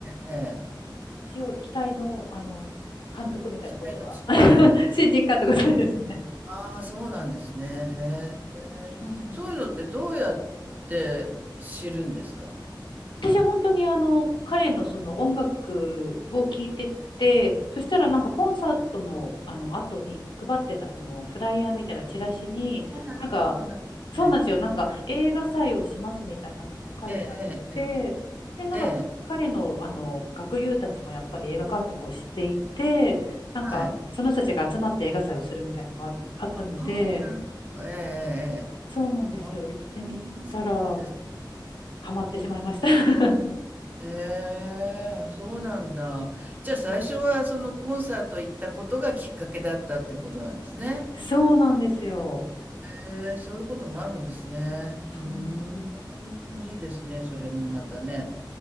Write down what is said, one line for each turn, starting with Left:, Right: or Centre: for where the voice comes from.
Right: ええ
Left: 一応、期待の、あの、監督みたいなことは、
Right: 期待の新人。
Left: <laughs> 新人監督、そうですね。
Right: ああ、そうなんですね。へえ。
Left: そうなんです。
Right: そういうのってどうやって知るんですか
Left: 私本当にあの、彼のその音楽を聴いてて、そしたらなんかコンサートのあの後に配ってたそのフライヤーみたいなチラシに、
Right: ああ、なるほどな。
Left: なんか、そうなんですよ。
Right: はい。
Left: なんか映画祭をしますみたいなのが書いてあって、
Right: ええ、ええ、ええ。
Left: で、なんか彼のあの学友たちもやっぱり映画監督を知っていて、
Right: ええ
Left: なんかその人たちが集まって映画祭をするみたいなのがああったので、
Right: はい。ああ、なるほど。ええ、ええ。ええ
Left: そうなんですよ。
Right: ああ、
Left: 行ってみたら
Right: そうなんですね。
Left: ハマってしまいました。<laughs>
Right: ええ、そうなんだ。じゃあ最初はそのコンサート行ったことがきっかけだったっていうことなんですね。
Left: そうなんですよ。
Right: ええ、そういうこともあるんですね。うーん、
Left: そうなんですよ
Right: いいですね。それもまたね、
Left: ね。